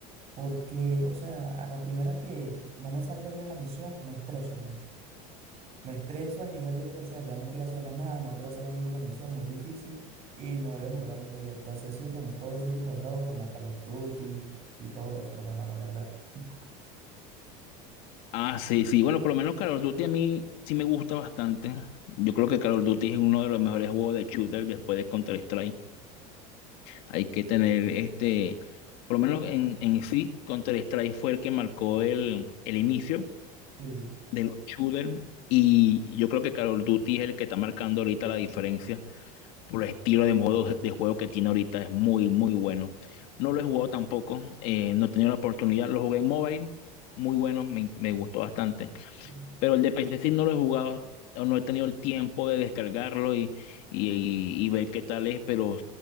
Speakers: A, on the right; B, on the left.
A: Porque, o sea, a la primera que no me salga bien la misión, me estreso, hermano. Me estreso al nivel de que, o sea, ya no quiero hacer más nada, no quiero hacer más ninguna misión muy difícil y me voy a jugar a mundo abierto. Así ha sido con todo ese tipo de juegos como Call of Duty y todo eso, hermano, la verdad. <laughs>
B: Ah, sí, sí. Bueno, por lo menos Call of Duty a mí sí me gusta bastante. Yo creo que Call of Duty es uno de los mejores juegos de shooter después de Counter-Strike. Hay que tener este, por lo menos en, en sí, Counter-Strike fue el que marcó el, el inicio
A: Sí,
B: de los shooters. Y yo creo que Call of Duty es el que está marcando ahorita la diferencia por el estilo de modo de juego que tiene ahorita. Es muy, muy bueno. No lo he jugado tampoco, eh, no he tenido la oportunidad. Lo jugué en mobile, muy bueno, me me gustó bastante
A: sí.
B: pero el de PC sí no lo he jugado, o no he tenido el tiempo de descargarlo y, y, y- y ver qué tal es, pero